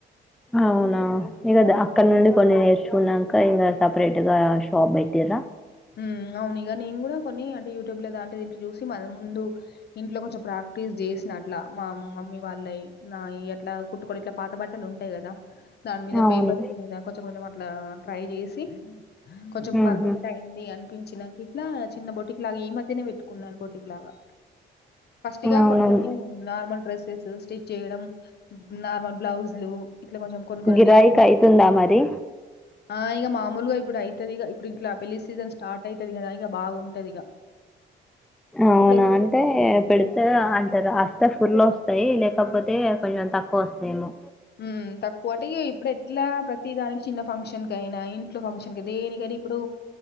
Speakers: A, in the centre; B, on the left (about 55°).
A: ఔనా ఇగ దా అక్కడ్ నుండి కొన్ని నేర్చుకూనంక ఇంగ సపరేట్ గా షాప్ బెట్టిరా
B: ఉమ్ ఔనిగ నేన్ గూడా కొన్ని అంటే యూట్యూబ్ ల దాంట్లో దింట్లో జూస్ మళ్ళా ముందు ఇంట్లో కొంచెం ప్రాక్టీస్ జేస్నా అట్లా మా మమ్మీ వాలైయ్ నాయి అట్లా కుట్టుకోని ఇట్ల పాత బట్టల్ ఉంటాయ్ గదా దాని మీద
A: అవును
B: పేపర్స్ మీద కొచకొచమ్ అట్లా ట్రై జెసి కొంచెం
A: ఉహు
B: పర్ ఫెక్ట్ హిం ది అన్ పించ్ నంక్ ఇట్లా చిన్న బొటిక్ లాగా ఈ మధ్యనే వేట్టుకున్నాను బొటిక్ లాగా ఫస్ట్ ఇగ
A: అవునవును
B: కొన్ని కొన్ని నార్మల్ డ్రెస్సెసు స్టిచేయడం నార్మల్ బ్లౌజ్లు ఇట్లా కొంచెం కొన్ని కొన్ని
A: గిరాయిక్
B: డిజైన్
A: ఐతుందా మరి
B: ఆ ఇగ మామూలుగా ఇప్పుడు ఐతది ఇగ ఇప్పుడు ఇట్ల పెళ్లి సీజన్స్ స్టార్ట్ ఐతది కదా ఇగ బాఉంటది ఇగ
A: ఔనా
B: ఇప్పుడు
A: అంటే పెడతద అన్ రాస్తే ఫులోస్తాయ్ లేకపోతే కొంజమ్ తక్కువోస్తాయేమో
B: హ్మ్ తక్కువ అంటే ఇప్పుడు ఎట్లా ప్రతి దానికి చిన్న ఫంక్షన్ కైనా ఇంట్లో ఫంక్షన్ కి దేనికైనా కూడ ఇప్పుడు